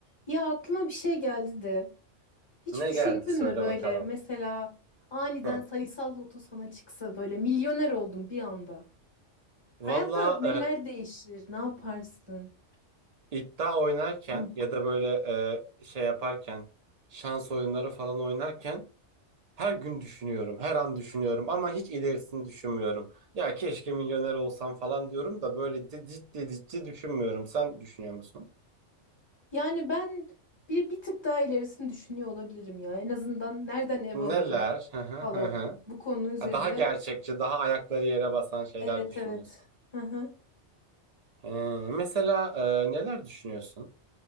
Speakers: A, on the left; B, on the right.
A: Ya aklıma bir şey geldi de. Hiç
B: Ne
A: düşündün
B: geldi söyle
A: mü böyle
B: bakalım.
A: mesela aniden
B: Heh.
A: sayısal loto sana çıksa böyle milyoner oldun bir anda. Hayatına
B: Valla
A: neler değişir? Ne yaparsın?
B: e, iddia oynarken
A: Hı.
B: ya da böyle e, şey yaparken şans oyunları falan oynarken her gün düşünüyorum. Her an düşünüyorum ama hiç ilerisini düşünmüyorum. Ya keşke milyoner olsam falan diyorum da böyle di- ciddi ciddi düşünmüyorum. Sen düşünüyor musun?
A: Yani ben bir, bir tık daha ilerisini düşünüyor olabilirim ya. En azından nereden ev
B: Neler?
A: alırım
B: Hı hı
A: falan
B: hı hı.
A: bu konu üzerine.
B: Ha, Daha gerçekçi, daha ayakları yere basan şeyler
A: Evet
B: düşünüyorsun.
A: evet. Hı hı.
B: Ee, mesela e, neler düşünüyorsun?